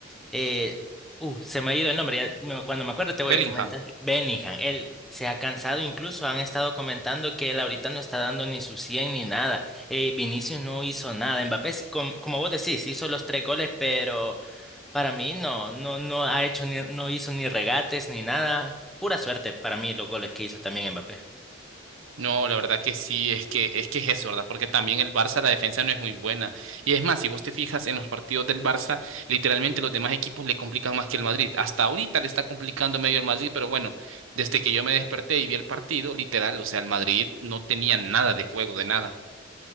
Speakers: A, in the centre; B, on the right.
A: eh, uh, se me ha ido el nombre, ya me- cuando me acuerdo te voy
B: Bellingham.
A: a comentar. Bellingham, él se ha cansado, incluso han estado comentando que él ahorita no está dando ni su 100 ni nada. Eh, Vinicius no hizo nada. Mbappé, sí, com- como vos decís, hizo los tres goles, pero para mí no, no, no ha hecho ni, no hizo ni regates ni nada. Pura suerte para mí los goles que hizo también Mbappé.
B: No, la verdad que sí, es que es que es eso, ¿verdad? Porque también el Barça, la defensa no es muy buena. Y es más, si vos te fijas en los partidos del Barça, literalmente los demás equipos le complican más que el Madrid. Hasta ahorita le está complicando medio el Madrid, pero bueno, desde que yo me desperté y vi el partido, literal, o sea, el Madrid no tenía nada de juego, de nada.